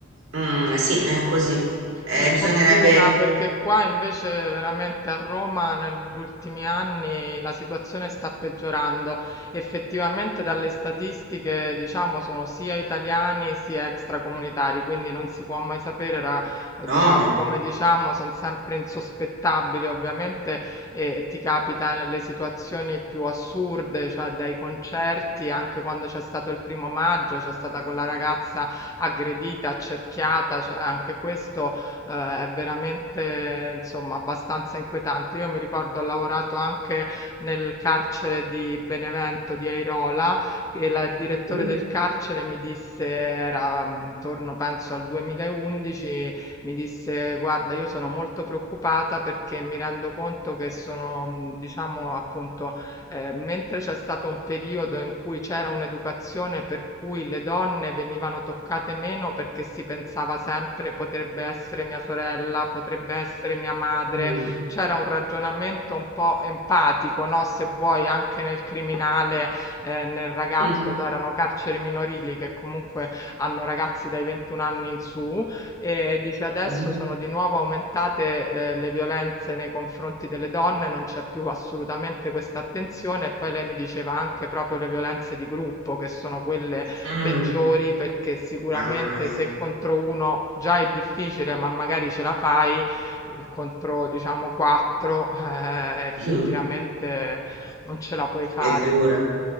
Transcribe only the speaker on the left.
Che
fortuna, perché qua invece veramente a Roma negli ultimi anni la situazione sta peggiorando. Effettivamente dalle statistiche, diciamo, sono sia italiani sia extracomunitari, quindi non si può mai sapere, ra- eh,
diciamo,
come diciamo, sono sempre insospettabili, ovviamente, e ti capita nelle situazioni più assurde, cioè dai concerti, anche quando c'è stato il primo maggio, c'è stata quella ragazza aggredita, accerchiata, cioè anche questo eh, è veramente insomma abbastanza inquietante. Io mi ricordo ho lavorato anche nel carcere di Benevento di Airola che la- il direttore
del carcere mi disse, era mm, intorno penso al 2011, mi disse guarda io sono molto preoccupata perché mi rendo conto che sono mm, diciamo appunto eh, mentre c'è stato un periodo in cui c'era un'educazione per cui le donne venivano toccate meno perché si pensava sempre potrebbe essere mia sorella, potrebbe essere mia madre,
c'era un ragionamento un po' empatico, no? Se vuoi, anche nel criminale, eh, nel ragazzo,
c'erano carceri minorili che comunque hanno ragazzi dai 21 anni in su e dice adesso
sono di nuovo aumentate, ehm, le violenze nei confronti delle donne, non c'è più assolutamente questa attenzione. E poi lei mi diceva anche proprio le violenze di gruppo, che sono quelle
peggiori, perché sicuramente
se contro 1 già è difficile, ma magari ce la fai, uhm, contro diciamo 4, eh, effettivamente
non ce la puoi fare.